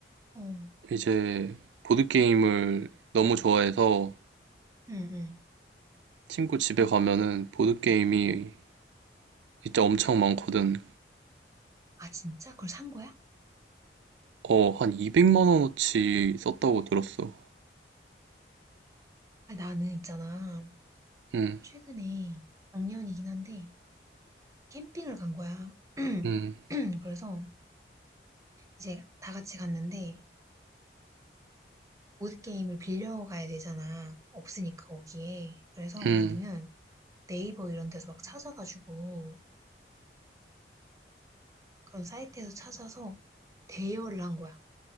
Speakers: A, on the right; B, on the right.
A: 어,
B: 이제 보드게임을 너무 좋아해서
A: 응, 응.
B: 친구 집에 가면은 보드게임이 진짜 엄청 많거든.
A: 아, 진짜? 그걸 산 거야?
B: 어, 한 200만 원어치 썼다고 들었어.
A: 아, 나는 있잖아.
B: 응,
A: 최근에 작년이긴 한데 캠핑을 간 거야. <clears throat>
B: 응,
A: 그래서 이제 다 같이 갔는데 보드게임을 빌려가야 되잖아. 없으니까 거기에. 그래서
B: 응.
A: 우리는 네이버 이런 데서 막 찾아가지고 그런 사이트에서 찾아서 대여를 한 거야.